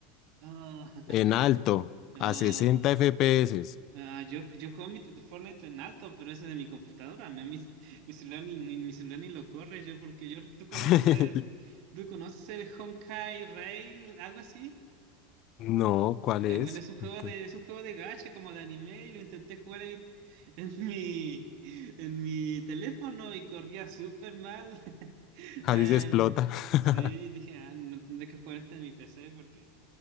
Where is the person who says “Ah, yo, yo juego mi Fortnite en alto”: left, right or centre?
Right